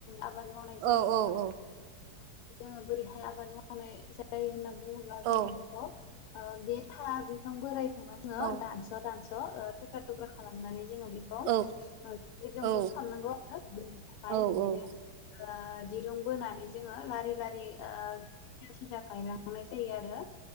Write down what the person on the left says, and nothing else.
आबाद मावनाय जायो
होनना
जोङो बोरैहाय आबाद मावनाय जायो होनना बुङोब्ला जोङो
बेखौ ओ बे था बिफां बोरायखौनो जोङो
दानस' दानस' थुख्रा थुख्रा खालामनानै जोङो बेखौ <unintelligible>
खालामनांगौ आरो <unintelligible> थाखाय
बिदिनो ओ दिरुं बोनानै जोङो लारि लारि ओ सिदा सिदा गायलांनाय जायो आरो